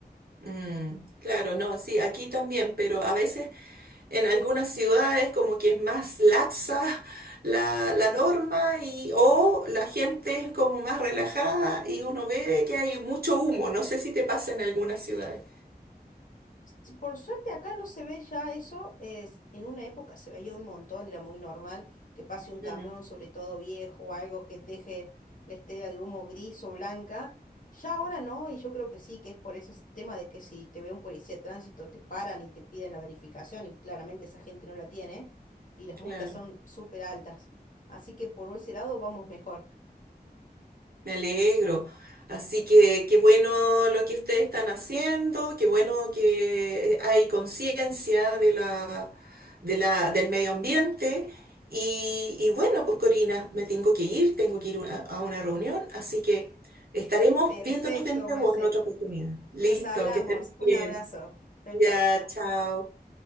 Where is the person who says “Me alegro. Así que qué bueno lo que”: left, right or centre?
Right